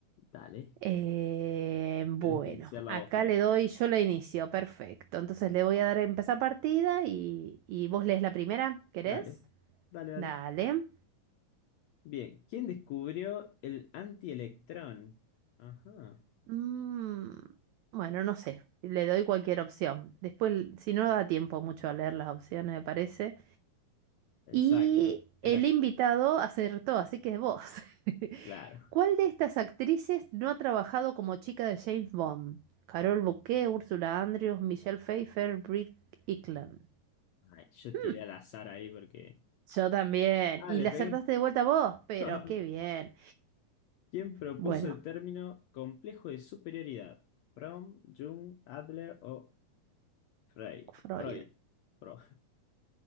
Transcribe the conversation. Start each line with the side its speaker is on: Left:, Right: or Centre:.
Left: Dale,
Right: Eh, bueno,
Left: tenés que iniciar la
Right: acá
Left: voz, creo.
Right: le doy, yo la inicio, perfecto. Entonces le voy a dar a empezar partida y, y vos lees la primera, ¿querés?
Left: Dale, dale, dale.
Right: Dale.
Left: Bien, ¿quién descubrió el antielectrón? Ajá,
Right: Mm, bueno, no sé, le doy cualquier opción. Después, si no da tiempo mucho a leer las opciones, me parece.
Left: exacto,
Right: Y
Left: era
Right: el invitado acertó, así que vos. <laughs>
Left: claro.
Right: ¿Cuál de estas actrices no ha trabajado como chica de James Bond? Carol Bouquet, Ursula Andrews, Michelle Pfeiffer, Britt Eklund.
Left: Ay, yo
Right: Mm,
Left: tiré al azar ahí porque.
Right: yo también.
Left: Ah,
Right: Y
Left: le
Right: le
Left: pegué.
Right: acertaste de vuelta vos, pero
Left: <laughs>
Right: qué bien.
Left: ¿Quién propuso
Right: Bueno,
Left: el término complejo de superioridad? Fromm, Jung, Adler o Frey-
Right: Freud.
Left: Freud? Freud.